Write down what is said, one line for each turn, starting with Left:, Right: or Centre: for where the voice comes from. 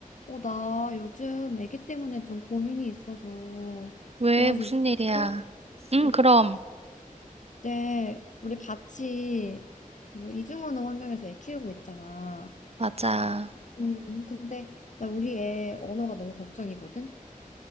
Left: 어, 나 요즘 아기 때문에 좀 고민이 있어서
Right: 왜?
Left: 들어줄
Right: 무슨
Left: 수
Right: 일이야?
Left: 있어?
Right: 음,
Left: 어,
Right: 그럼.
Left: 이제 우리 같이 그 이중언어 환경에서 애 키우고 있잖아.
Right: 맞아.
Left: 음, 근데 나 우리 애 언어가 너무 걱정이거든?